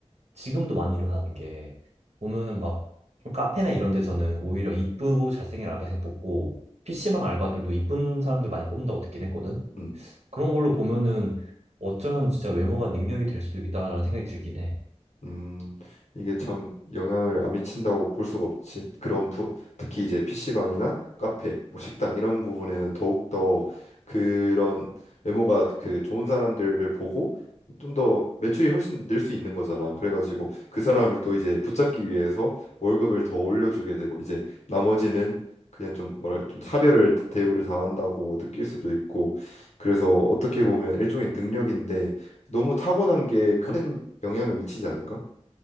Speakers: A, on the right; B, on the left.
A: 지금도 많이 일어나는 게 보면은 막좀 카페나 이런 데서는 오히려 이쁘고 잘생긴 알바생 뽑고 PC방 알바들도 이쁜 사람들 많이 뽑는다고 듣긴 했거든.
B: 음.
A: 그런 걸로 보면은 어쩌면 진짜 외모가 능력이 될 수도 있겠다라는 생각이 들긴 해.
B: 음, 이게 참 영향을 안 미친다고 볼 수가 없지. 그런 부, 특히 이제 PC방이나 카페, 뭐 식당 이런 부분에는 더욱더 그런 외모가 그 좋은 사람들을 보고 좀 더 매출이 훨씬 늘 수 있는 거잖아. 그래가지고 그 사람을 또 이제 붙잡기 위해서 월급을 더 올려주게 되고 이제 나머지는 그냥 좀 뭐랄 좀 차별을 대우를 당한다고 느낄 수도 있고 그래서 어떻게 보면 일종의 능력인데 너무 타고난 게큰 영향을 미치지 않을까?